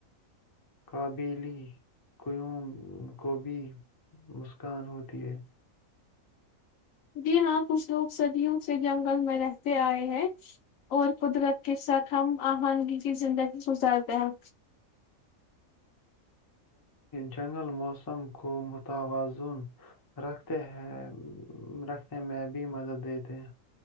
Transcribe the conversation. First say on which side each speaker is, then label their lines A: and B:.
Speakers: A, on the left; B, on the left.
A: قابلی قوں کو بھی مسکان ہوتی ہے
B: جی ہاں کچھ لوگ صدیوں سے جنگل میں رہتے آئے ہیں اور قدرت کے ساتھ ہم آہنگی کی زندگی گزارتے ہیں
A: جنگل موسم کو متوازن رکھتے ہے رکھنے میں بھی مدد دیتے ہیں